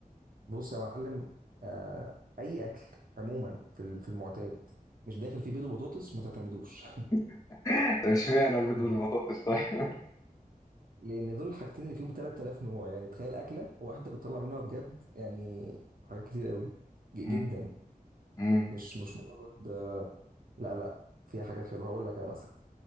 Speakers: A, on the right; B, on the left.
A: بص يا معلم آه اي اكل عموما في ال- في المعتاد مش داخل فيه بيض وبطاطس ما تعتمدوش <laughs>
B: <laughs> طب اشمعنى البيض
A: في البيت
B: بالبطاطس طيب
A: لان دول الحاجتين اللي فيهم 3000 نوع يعني تخيل اكله واحده بتطلع منها بجد يعني حاجات كتير قوي ج-
B: م-
A: جدا
B: م.
A: مش مش مجرد آه لا لا فيها حاجات حلوه هقول لك انا مثلا